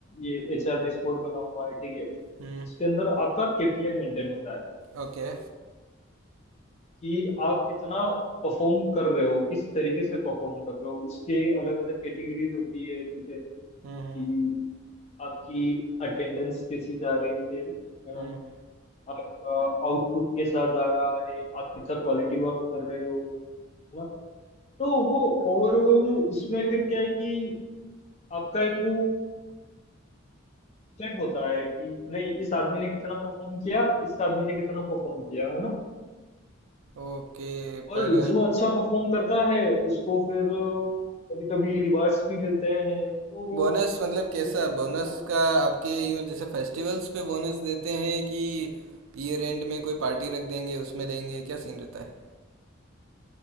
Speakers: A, on the left (about 30°); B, on the right (about 85°).
A: ये एचआर डैशबोर्ड बना हुआ है ठीक है उसके
B: हम्म
A: अंदर आपका केपीआई मेंटेन होता है
B: ओके
A: कि आप कितना परफॉर्म कर रहे हो किस तरीके से परफॉर्म कर रहे हो उसके अलग अलग कैटेगरीज होती है ठीक है
B: हम्म
A: कि
B: हम्म
A: आपकी अटेंडेंस कैसी जा रही है है ना
B: हम्म हम्म,
A: आपका आउटपुट कैसा जा रहा है आप कितना क्वालिटी वर्क कर रहे हो है ना तो वो ओवरऑल उसमें फिर क्या है कि आपका एक वो सेट होता है कि नहीं इस आदमी ने कितना परफॉर्म किया इस आदमी ने कितना परफॉर्म किया है ना
B: ओके
A: और
B: पर
A: जो अच्छा परफॉर्म करता है उसको फिर कभी कभी रिवार्ड्स भी मिलते हैं तो वो
B: बोनस
A: तरीके
B: मतलब कैसा
A: से चलता
B: बोनस
A: रहता
B: का
A: है
B: आपके यूं जैसे फेस्टिवल्स पे बोनस देते हैं कि ईयर एंड में कोई पार्टी रख देंगे उसमें देंगे क्या सीन रहता है